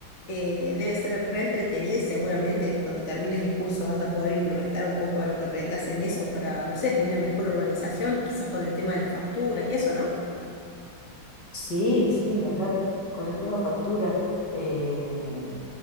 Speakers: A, on the left; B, on the left.
A: eh, debe ser reentretenido y seguramente cuando termines el curso vas a poder implementar un poco de lo que aprendas en eso para, no sé, una mejor organización, quizás con el tema de las facturas y eso, ¿no?
B: sí, sí, ni hablar. Con el tema factura, eh,